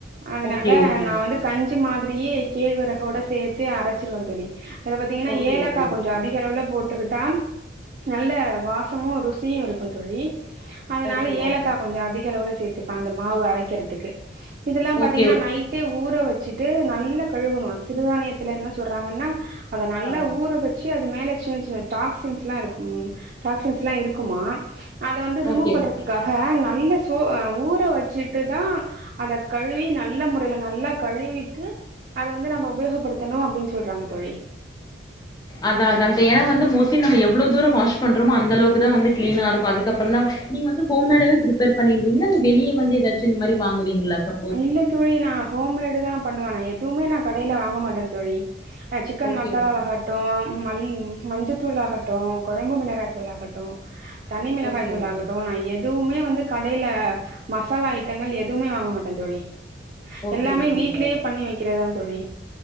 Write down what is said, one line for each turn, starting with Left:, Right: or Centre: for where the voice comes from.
Right: அதுனால
Left: ஓகே ஓகேங்க்கா
Right: நா வந்து கஞ் சி மாதிரியே கேழ்வரஹோட சேத்தே அரச்சிருவே தோழி அதுல பாத்தீங்கன்னா
Left: ஓகே
Right: ஏலக்கா
Left: ஓகேங்க்கா
Right: கலவுல போட்டுக்கிட்டா நல்ல வாசமு ருசியு இருக்கு தோழி அதனால
Left: ஓகே
Right: ஏலக்காய்
Left: ஓகேங்க்கா
Right: கொஞ்சோ அதிக அளவு சேர்த்துப்பே அந்த மாவு அரைக்கிறதுக்கு இதெல்லா பாத்தீங்கன்னா
Left: ஓகே
Right: நைட் டே ஊற வச்சுட்டு நல்லா கழுவனு சிறுதானியத்துல என்ன சொல்றாங்கன்னா அத நல்லா
Left: ஆ
Right: ஊற வச்சு அது மேல சின்ன சின்ன டாக்சின்ஸ்ல்லா இருக் டாக்சின்ஸ்ல்லா இருக்குமா அத வந்து ரிமூவ்
Left: ஓகே
Right: பண்ணுறதுக்காக
Left: ஓகேங்க
Right: நல்லா சோ ஊற வச்சுட்டுதா அத கழுவி நல்ல முறையில நல்லா கழுவிட்டு அத வந்து நம்ம உபயோகபடுத்தணு அப்டின் சொல்றாங்க தோழி
Left: அதா அதா தே னா வந்து மோஸ்டலி நம்ம எவ்ளோ தூர வாஷ் பண்றமோ அந்தளவுக்கு தா வந்து கிளினா இருக்கு அதுக்கப்பறதா நீங் வந்து ஹோம்மேடாவே ப்ரிப்பேர் பண்ணிருவீங்ளா இல்ல வெளிய வந்து எதாச்சி இந்த மாரி வாங்குவீங்ளா ச
Right: இல்ல தோழி நா ஹோம்மேடு தா பண்ணுவே நா எதுமே நா கடைல வாங்க மாட்டே தோழி சிக்கன்
Left: ஓகே
Right: மசாலாவாகட்
Left: ஓகே
Right: ட்டு மல் ம் மஞ்சத்தூள் ஆகட்டு, கொழம்பு மிளகாய் தூள் ஆகட்டு தனி மிளகாய்
Left: ஓகே
Right: தூள்
Left: ஓகே
Right: ஆகட்டு நா எதுவுமே வந்து கடைல மசாலா ஐட்டங்கள் எதுமே வாங்க மாட் டே தோழி
Left: ஓகே
Right: எல்லாமே
Left: ஓகேங்க
Right: வீட்லயே பண்ணி வெக்கிறத் தா தோழி